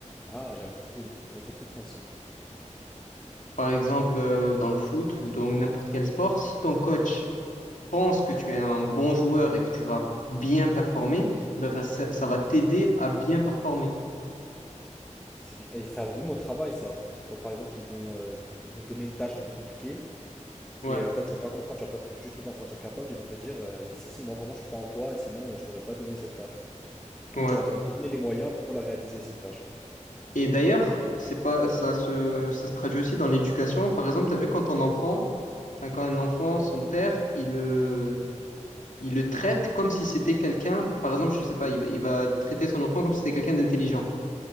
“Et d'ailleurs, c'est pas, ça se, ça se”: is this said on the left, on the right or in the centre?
Left